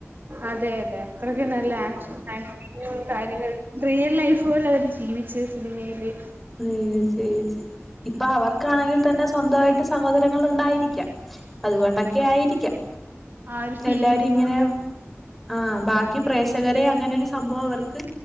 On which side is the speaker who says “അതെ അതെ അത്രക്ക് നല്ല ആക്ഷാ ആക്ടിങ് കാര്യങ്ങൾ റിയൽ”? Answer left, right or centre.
Right